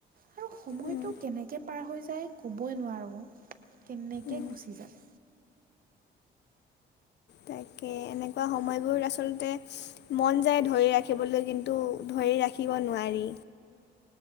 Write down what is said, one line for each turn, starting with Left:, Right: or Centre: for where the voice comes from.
Right: আৰু সময়টো
Left: উম,
Right: কেনেকৈ পাৰ হৈ যায়। ক'বই নোৱাৰোঁ কেনেকৈ
Left: উম।
Right: গুচি যায়।
Left: তাকে এনেকুৱা সময়বোৰ আচলতে মন যায় ধৰি ৰাখিবলৈ কিন্তু ধৰি ৰাখিব নোৱাৰি।